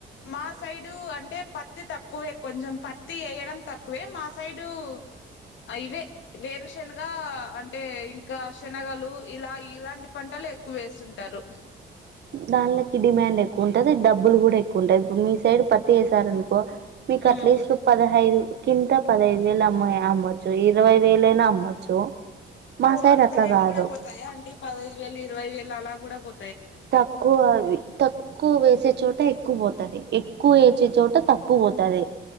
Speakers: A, on the left; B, on the right.
A: మా సైడ్ డు అంటే పత్తి తక్కువే కొంచెం పత్తి ఏయడం తక్కువే మా సైడు ఆ ఇవే వేరుషెనగగా అంటే ఇంకా షనగలు ఇలా ఇలాంటి పంటలేక్కువ వేసుంటారు
B: దాన్లకి డిమాండెక్కువుంటది డబ్బులు గూడా ఎక్కువుంటయ్ ఇప్పుడు మీ సైడ్ పత్తి ఏసారనుకో మీకట్లీస్టు
A: ఉమ్
B: పదహైదు కింత పదఐదు వేలమ్మ అమ్మయ్ అమ్మొచ్చు ఇరవై వేలైనా అమ్మొచ్చు మా
A: ఓ
B: సైడ్
A: అంత
B: అట్లా
A: రేటు
B: కాదు
A: గూడా బోతాయా అండి పదఐదు వేలు ఇరవై వేలు అలా గూడ పో
B: తక్కువ అవి తక్కువ్వేసే చోట ఎక్కువ పోతది ఎక్కువ ఏచే చోట తక్కువ పోతాది